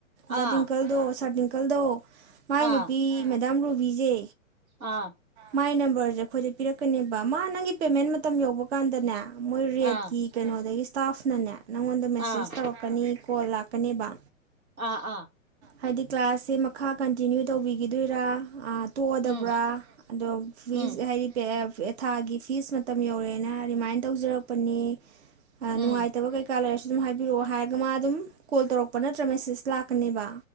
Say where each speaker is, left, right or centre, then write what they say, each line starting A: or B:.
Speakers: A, on the right (about 50°); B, on the right (about 80°).
A: ꯁꯗꯤ
B: ꯑꯥ
A: ꯏꯪꯀꯜꯗꯣ ꯁꯥ ꯑꯀꯜꯗꯣ ꯃꯥꯏ
B: ꯑꯥ
A: ꯅꯨꯄꯤ ꯃꯦꯗꯥꯝ ꯔ ꯕꯤꯖꯦ
B: ꯑꯥ
A: ꯃꯥꯏ ꯅꯝꯕꯔ ꯑꯩꯈꯣꯏꯗ ꯄꯤꯔꯛꯀꯅꯦꯕ ꯃꯥ ꯅꯪꯒꯤ ꯄꯦꯃꯦꯟ ꯃꯇꯝ ꯌ ꯄꯥꯟꯗꯅ ꯃꯣꯏ ꯔꯦꯠꯀꯤ
B: ꯑꯥ
A: ꯀꯩꯅꯣꯗꯒꯤ ꯏꯁꯇꯥꯐꯅꯅ ꯅꯪꯉꯣꯟꯗ ꯃꯦꯁꯦꯁ
B: ꯑꯥ
A: ꯇꯧꯔꯛꯀꯅꯤ ꯀꯣꯜ ꯂ ꯀꯅꯤꯕ
B: ꯑꯥ ꯑꯥ
A: ꯍꯥꯏꯗꯤ ꯀ꯭ꯂꯥꯁꯁꯦ ꯃꯈꯥ ꯀꯟꯇꯤꯅ꯭ꯌꯨ ꯇꯧꯕꯤꯈꯤꯗꯣꯏꯔꯥ ꯇꯣꯛꯑꯗꯕ꯭ꯔꯥ
B: ꯎꯝ
A: ꯑꯗꯣ ꯐꯤꯁ
B: ꯎꯝ
A: ꯍꯥꯏꯗꯤ ꯊꯥꯒꯤ ꯐꯤꯁ ꯃꯇꯝ ꯌꯧꯔꯦꯅ ꯑꯗꯨꯔꯤꯃꯥꯏꯅ ꯇꯧꯖꯔꯛꯄꯅꯤ ꯑ ꯅꯅꯨꯡꯥꯏ
B: ꯎꯝ
A: ꯇꯕ ꯀꯩ ꯀꯥꯂꯁ ꯑꯗꯨꯝ ꯍꯥꯏꯕꯤꯔꯛꯑꯣ ꯍꯥꯏꯔꯒ ꯃꯥ ꯑꯗꯨꯝ ꯀꯣꯜ ꯇꯧꯔꯛꯄ ꯅꯠꯇ꯭ꯔ ꯃꯦꯁꯦꯁ ꯂꯥꯛꯀꯅꯦꯕ